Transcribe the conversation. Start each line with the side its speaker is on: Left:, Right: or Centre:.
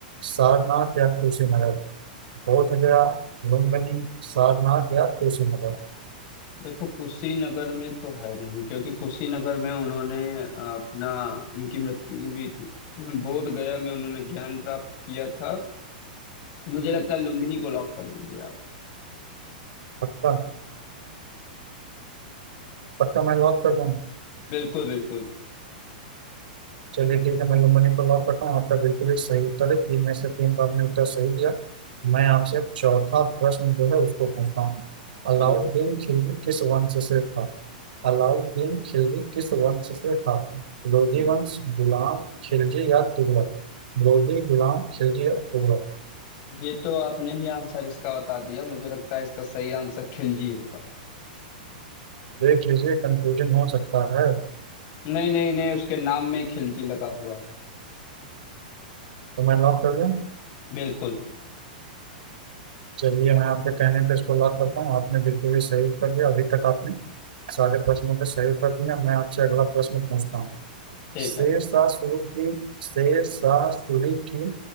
Right: सारनाथ या कुशीनगर बोध गया लुम्बिनी सारनाथ या कुशीनगर
Left: देखो कुशीनगर में तो है नहीं क्योंकि कुशीनगर में उन्होंने अ, अपना उनकी मृत्यु हुई थी बोध गया में उन्होंने ज्ञान प्राप्त किया था मुझे लगता है लुम्बिनी को लॉक कर दीजिए आप
Right: पक्का पक्का मैं लॉक कर दूँ
Left: बिल्कुल बिल्कुल
Right: चलिए ठीक है मैं लुम्बिनी को लॉक करता हूँ आपका बिल्कुल ही सही उत्तर है तीन में से तीन का आपने उत्तर सही दिया मैं आपसे अब चौथा प्रश्न जो है उसको पूछता हूँ अलाउद्दीन
Left: बिल्कुल
Right: खिलजी किस वंश से था अलाउद्दीन खिलजी किस वंश से था लोधी
Left: हम्म,
Right: वंश गुलाम खिलजी या तुगलक लोधी गुलाम खिलजी या तुगलक
Left: ये तो आपने ही आंसर इसका बता दिया मुझे लगता है इसका सही आंसर खिलजी होगा
Right: देख लीजिए कंफ्यूजन हो सकता है तो
Left: नहीं नहीं नहीं उसके नाम में ही खिलजी लगा हुआ है
Right: मैं लॉक कर दूं
Left: बिल्कुल
Right: चलिए मैं आपके कहने पे इसको लॉक करता हूँ आपने बिल्कुल ही सही उत्तर दिया अभी तक आपने सारे प्रश्नों का सही उत्तर दिया मैं आपसे अगला प्रश्न पूछता हूँ
Left: ठीक
Right: शेषासुर
Left: है
Right: की शेषासुरी की